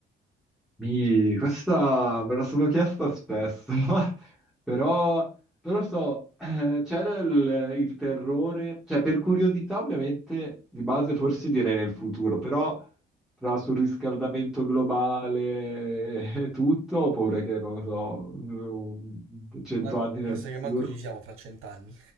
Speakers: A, in the centre; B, on the right.
A: Mi, questa me la sono chiesta spesso, <laughs> però, non lo so, <clears throat> eh, c'era il, il terrore, cioè per curiosità ovviamente, di base forse direi nel futuro, però tra surriscaldamento globale e tutto, ho paura che, non lo so, cento
B: Ma
A: anni
B: può
A: nel
B: essere che manco
A: futuro.
B: ci siamo fra 100 anni.